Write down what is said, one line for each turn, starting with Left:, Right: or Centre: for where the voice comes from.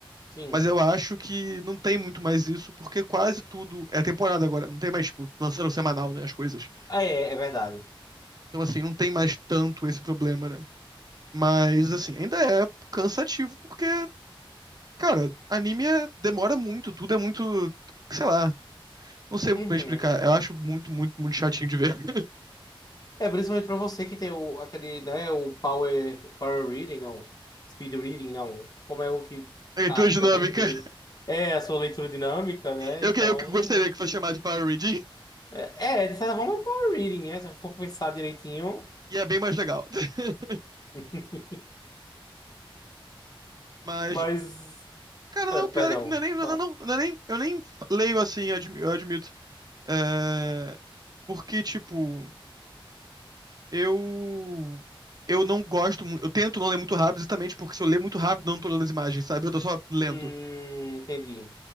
Left: sim.
Right: Mas eu acho que não tem muito mais isso, porque quase tudo é temporada agora. Não tem mais, tipo, lançando semanal, né, as coisas.
Left: É, é verdade.
Right: Então, assim, não tem mais tanto esse problema, né? Mas, assim, ainda é cansativo porque Cara, anime é- demora muito, tudo é muito, sei lá, não sei
Left: Uhum.
Right: pra explicar. Eu acho muito, muito, muito chatinho de ver. <laughs>
Left: É, principalmente pra você que tem o, aquele, né, o power, power reading, não, speed reading, não, como é o que,
Right: É leitura
Left: a
Right: dinâmica.
Left: tua técnica
Right: <laughs>
Left: de, é, a sua leitura dinâmica, né,
Right: Eu,
Left: então,
Right: que- eu que gostaria que fosse chamado de Power Reading,
Left: é, é, de certa forma é um power reading, né, se eu for pensar direitinho,
Right: e é bem mais legal. <laughs>
Left: <laughs>
Right: Mas,
Left: mas,
Right: cara,
Left: é,
Right: não,
Left: perdão,
Right: o pior é que não é nem,
Left: vou
Right: não,
Left: falar.
Right: não, não, é nem, eu nem leio assim, eu admi- eu admito. É, porque, tipo, eu eu não gosto, mu- eu tento não ler muito rápido, exatamente porque se eu ler muito rápido, eu não tô lendo as imagens, sabe? Eu tô só lendo.
Left: Hum, entendi,